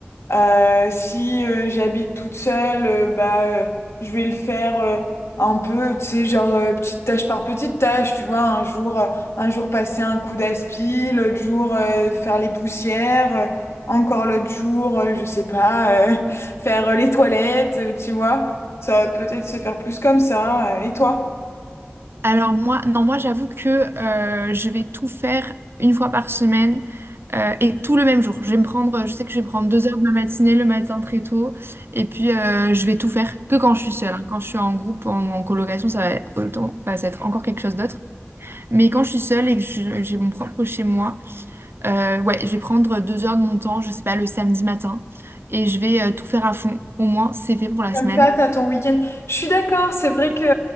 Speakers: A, on the left (about 85°); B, on the right (about 60°).
A: Euh, si euh, j'habite toute seule, euh, bah, euh, je vais le faire euh, un peu, tu sais, genre euh, petite tâche par petite tâche, tu vois, un jour, euh, un jour passer un coup d'aspi, l'autre jour euh, faire les poussières, euh, encore l'autre jour, euh, je sais pas, euh, <laughs> faire euh, les toilettes, euh, tu vois. Ça va peut-être se faire plus comme ça. euh, et toi?
B: Alors moi, non, moi j'avoue que euh, je vais tout faire une fois par semaine euh, et tout le même jour. Je vais me prendre, je sais que je vais prendre deux heures de ma matinée le matin très tôt et puis euh, je vais tout faire que quand je suis seule. hein. Quand je suis en groupe, en, en colocation, ça va autant, bah, ça va être encore quelque chose d'autre. Mais quand je suis seule et que je- j'ai mon propre chez moi, euh, ouais, je vais prendre deux heures de mon temps, je sais pas, le samedi matin et je vais euh, tout faire à fond. Au moins, c'est fait pour la
A: Comme
B: semaine.
A: ça, t'as ton week-end. Je suis d'accord, c'est vrai que